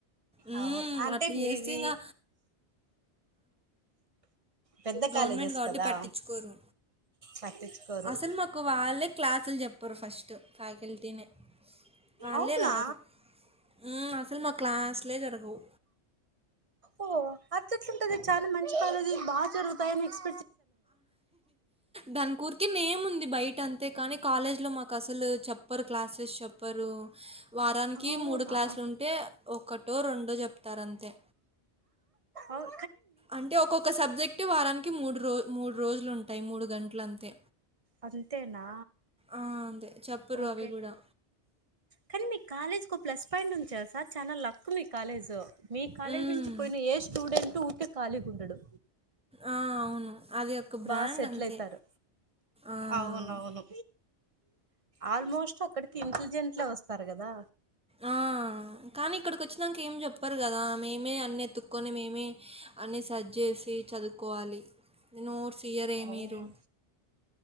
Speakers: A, in the centre; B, on the right.
A: మ్మ్,
B: అహో అంటే
A: అట్లా
B: మీవి
A: చేస్తే ఇంకా
B: పెద్ద
A: గవర్నమెంట్
B: కాలేజెస్
A: కాబట్టి
B: కదా
A: పట్టిచ్చుకోరు
B: పట్టించుకోరు
A: అసలు మాకు వాళ్ళే క్లాసులు చెప్పరు ఫ్యకల్టీ టీన్ వాళ్ళే
B: అవునా
A: రారు మ్ అసలు మ క్లాస్లే జరగవు
B: ఓ అట్లేట్లుంది చాలా మంచి కాలేజీ బా జరుగుతాయని ఎక్స్
A: దాని ఉరికే నేమ్ ఉంది బయట అంతే కానీ కాలేజ్లో మాకు అసలు చెప్ ప్పరు క్లాసెస్ చెప్పరు వారానికి
B: అవునా
A: మూడు క్లాసులుంటే ఒకటో రెండో చెప్తారంతే
B: అవ్
A: అంటే ఒక్కొక్క సబ్జెక్ట్ వారానికి మూడు రో మూడు రోజులుంటాయి మూడు గంటలంతే
B: అంతేనా
A: ఆ! అంతే చెప్పరు
B: ఓకే
A: అవి గూడా.
B: కానీ మీ కాలేజ్ ఒక ప్లస్ పాయింట్ ఉంది తెలుసా చాన లక్ మీ కాలేజ్ మీ కాలేజ్
A: హ్మ్.
B: నుంచి పోయిన ఏ స్టూడెన్ టు ఊకె ఖాలీగుండడు.
A: ఆ అవును అది ఒక బ్రాండ్
B: బాగా సెటిల్
A: అంతే.
B: అయితారు
A: ఆ!
B: అవునవును ఆల్మోస్ట్ అక్కడికి ఇంటలిజెంట్లే వస్తారు కదా
A: ఆ కానీ ఇక్కడికి వచ్చినంక ఏం చెప్పరు కదా మేమే అన్ని ఎతుక్కొని మేమే అన్ని సర్చ్ చేసి చదువుకోవాలి ఇంగ నోట్స్ క్లియరే
B: అవును
A: మీరు